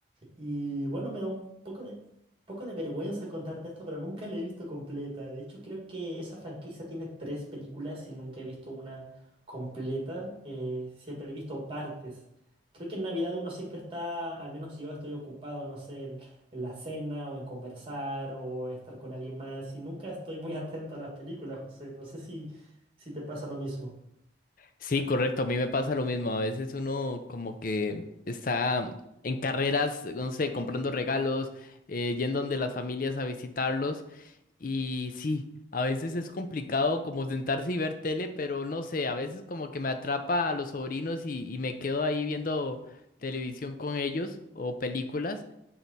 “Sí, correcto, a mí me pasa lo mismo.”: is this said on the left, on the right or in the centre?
Left